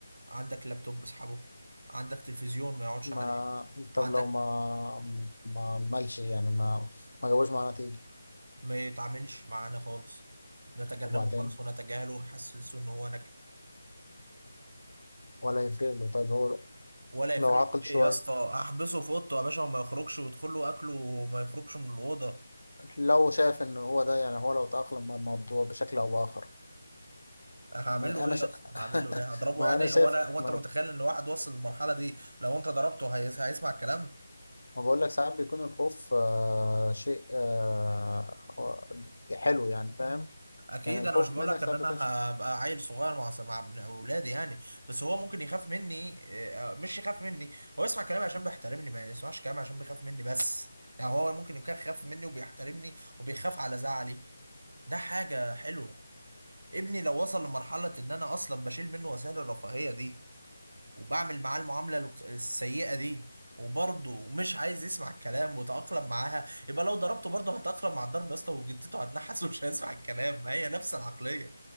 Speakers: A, on the right; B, on the left.
A: عندك لابتوب اسحبه عندك تلفزيون ما يقعدش
B: ما
A: عليه
B: طب
A: عندك
B: لو ما ما مالش يعني ما ما جابوش معاه نتيجة
A: ما يتعاملش معانا خالص نتجنبه
B: وبعدين
A: خالص ونتجاهله ونحسسه ان هو نكد
B: ولا يفرق له طيب هو
A: ولا يفرق
B: لو عاقل
A: له
B: شوية
A: ايه يا اسطى احبسه في اوضته يا باشا وما يخرجش ويدخل له اكله وما يخرجش من الاوضه
B: لو شايف ان هو ده يعني هو لو تأقلم مع الموضوع بشكل او بآخر
A: هعمل
B: ما
A: له
B: انا
A: ايه
B: شا...
A: يا اسطى هعمل له ايه
B: <laughs>
A: هضربه
B: ما
A: يعني
B: انا شايف
A: هو انا هو انت
B: ما انا
A: متخيل ان واحد وصل للمرحله دي لو انت ضربته هي... هيسمع الكلام
B: ما بقول لك ساعات بيكون الخوف آه شيء آه هو- حلو يعني فاهم
A: اكيد
B: يعني الخوف
A: انا مش بقول
B: منك
A: لك
B: ساعات
A: ان انا
B: بيكون
A: هبقى عيل صغير مع مع ابن اولادي يعني بس هو ممكن يخاف مني آه، آه، مش يخاف مني هو يسمع كلامي عشان بيحترمني ما يسمعش كلامي عشان بيخاف مني بس يعني هو ممكن يكون خاف مني وبيحترمني وبيخاف على زعلي ده حاجه حلوه ابني لو وصل لمرحله ان انا اصلا بشيل منه وسائل الرفاهيه دي وبعمل معاه المعاملة الق- السيئة دي وبرضه مش عايز يسمع الكلام وتأقلم معاها يبقى لو ضربته برضه هتأقلم مع الضرب يا اسطى وجدته هتنحس ومش هيسمع الكلام ما هي نفس العقلية